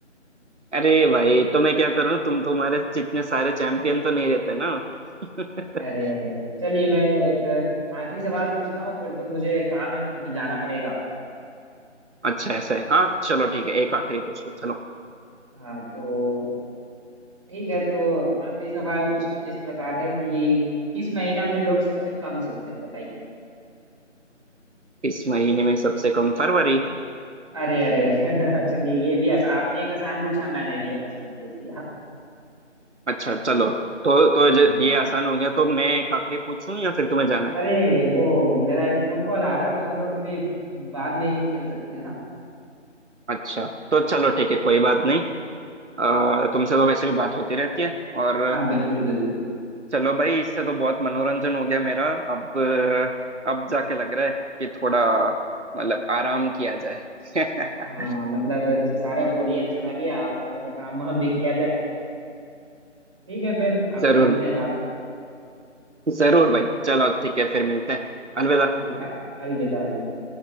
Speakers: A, on the right; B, on the right.
A: अरे भाई तो मैं क्या करूं तुम तुम्हारे जितने सारे चैंपियन तो नहीं रहते ना <laughs>
B: अरे अरे अरे चलिए मैं एक आखिरी सवाल पूछता हूँ फिर तो मुझे काम है तो मुझे जाना पड़ेगा
A: अच्छा ऐसा है हाँ चलो ठीक है एक आखिरी पूछ लो चलो
B: हाँ तो ठीक है तो आखिरी सवाल कुछ इस प्रकार है कि किस महीना में लोग सबसे कम सोते हैं बताइए
A: इस महीने में सबसे कम फरवरी
B: अरे अरे अरे <laughs> चलिए ये भी आसान आपने एक आसान पूछा मैंने भी एक आसान पूछ दिया
A: अच्छा चलो तो तो
B: हाँ।
A: ज- ये आसान हो गया तो मैं एक आखिरी पूछूं या फिर तुम्हें जाना है
B: अरे वो मेरा एक फोन कॉल आ रहा तो हम लोग कभी बाद में ये खेल सकते हैं ना
A: अच्छा तो चलो ठीक है कोई बात नहीं आ, तुमसे तो वैसे भी बात होती रहती है और
B: हाँ बिल्कुल बिल्कुल
A: चलो भाई इससे तो बहुत मनोरंजन हो गया मेरा अब अब जाके लग रहा है कि थोड़ा मतलब आराम किया जाए <laughs>
B: हाँ मतलब जो सारा बोरियत चला गया अब थोड़ा सा काम वाम भी किया जाए ठीक है फिर आपसे
A: जरूर
B: मिलते हैं बाद में
A: जरूर भाई चलो ठीक है फिर मिलते हैं अलविदा
B: ठीक है अलविदा अलविदा